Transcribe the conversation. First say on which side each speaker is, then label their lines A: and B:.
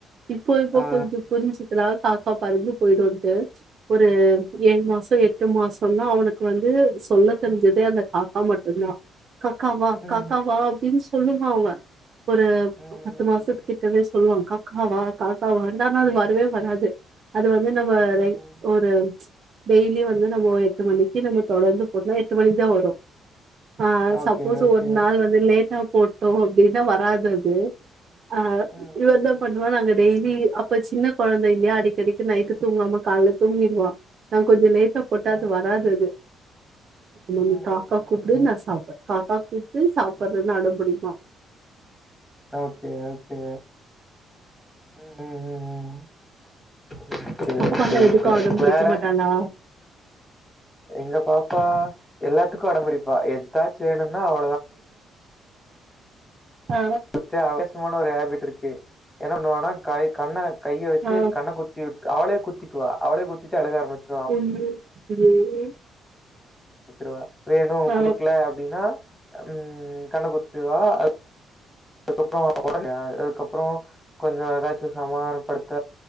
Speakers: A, on the right; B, in the centre.
A: இப்போ இப்போ
B: ஆ.
A: கொஞ்சோ புரிஞ்சி ரா காக்கா பறந்து போயிடுன்ட்டு ஒரு ஏழு மாசோ எட்டு மாசோனா அவனு க்கு வந்து சொல்ல தெரிஞ்சதே அந்த காக்கா மட்டுதா காக்காவா
B: ம்ஹ்ம்.
A: காக்காவா அப்டின்னு சொல்லுவா அவ ஒரு
B: ம், ம்,
A: பத்து மாசத்து
B: ம்.
A: கிட்டவே சொல்லுவாங்க்கா க்காவா காக்காவா வந்தானா அது வரவே வராது அது வந்து நம்ம
B: ம்,
A: லைக்
B: ம்.
A: ஒரு டெய்லி வந்து நம்போ எட்டு மணிக்கு நம்ம தொடர்ந்து போட்னா எட்டு மணிக்கு தா வரு ஆ
B: ஓகே,
A: சப்போஸ்
B: ஓகே.
A: ஒரு நாள் வந்து லேட்டா போட்டோ அப்டின்னா வராது அது ஆ
B: ம்,
A: இவ
B: ம்,
A: என்னப் பண்ணுவா நாங்க டெய்லி அப்ப சின்ன கொழந்த இல்லயா அடி க்கடிக்கி நைட்டு தூங்காம கால்ல தூங்கிருவா நாங்க கொஞ்சோ லேட்டா போட்டா
B: ம்.
A: அது
B: ம்.
A: வராது அது அம்மா நீ
B: ம், ம், ம்,
A: காக்கா கூப்டு
B: ம்.
A: நா சாப்பட் காக்கா கூப்டு சாப்படறன்னு அடம் புடிப்பா
B: ஓகே ஓகே ம் ம் ம் ம் ஓகே
A: பாப்பாலா
B: ஓகே ஓகே
A: எதுக்கு அடம்புடிக்க
B: வேற
A: மாட்டாளா
B: எங்க பாப்பா எல்லாத்துக்கு அடம்புடிப்பா எதாச்சு வேணுன்னுன்னா அவ
A: ஆ
B: <unintelligible> ஆவேசமான ஒரு ஹேபிட் இருக்கு என்ன பண்ணுவானா கை கண்ண கைய வச்சு
A: ஆ
B: கண்ண குத்தி உட் அவளே குத்திக்குவா அவளே குத்திட்டு அழுக ஆரம்பிச்
A: ஒன்னு <unintelligible>
B: சுருவா வேணு
A: ஆ
B: குடுக்கல அப்டின்னா ம் கண்ணக்குத்திவா அ அதுக்கப்புறோ <inaudible> அதுக்கப்புறோ கொஞ்சோ எதாச்சு சமாதானப்படுத்த